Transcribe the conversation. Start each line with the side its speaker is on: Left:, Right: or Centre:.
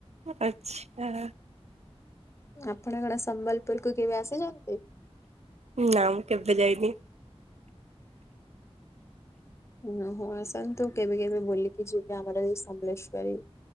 Right: ଆଚ୍ଛା।
Left: ଆପଣ କଣ ସମ୍ବଲପୁର କୁ କେବେ ଆସିଚନ୍ତି?
Right: ନା ମୁଁ କେବେ ଯାଇନି।
Left: ନା ହଁ ଆସନ୍ତୁ କେବେ କେବେ ବୁଲି କି ଯିବା ଆମର ସମ୍ବଲେଶ୍ଵରୀ